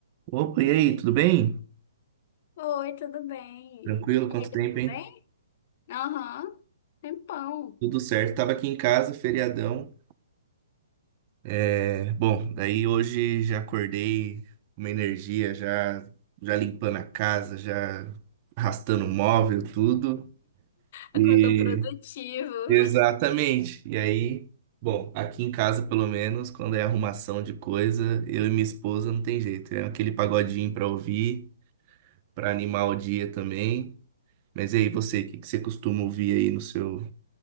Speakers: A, on the right; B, on the left.
A: Opa, e aí, tudo bem?
B: Oi, tudo bem?
A: Tranquilo,
B: E
A: quanto
B: aí, tudo
A: tempo, hein?
B: bem? Aham, tempão.
A: Tudo certo. Tava aqui em casa, feriadão. É, bom, daí hoje já acordei com uma energia, já, já limpando a casa, já arrastando o móvel, tudo.
B: Acordou
A: E
B: produtivo.
A: exatamente.
B: <laughs>
A: E aí, bom, aqui em casa, pelo menos, quando é arrumação de coisa, eu e minha esposa não tem jeito. É aquele pagodinho pra ouvir, pra animar o dia também. Mas e aí, você, o que que você costuma ouvir aí no seu